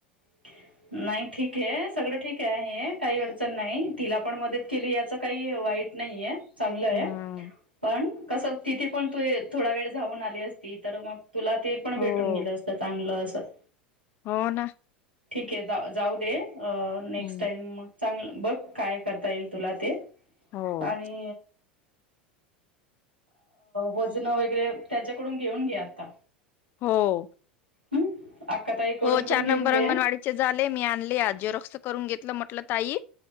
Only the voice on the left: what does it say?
हम्म
हो.
हो ना.
हम्म
हो.
हो.
हो
चार
नंबर
अंगणवाडीत चे जाले मी आणले आज जेरॉक्स करुन घेतलं म्हटलं ताई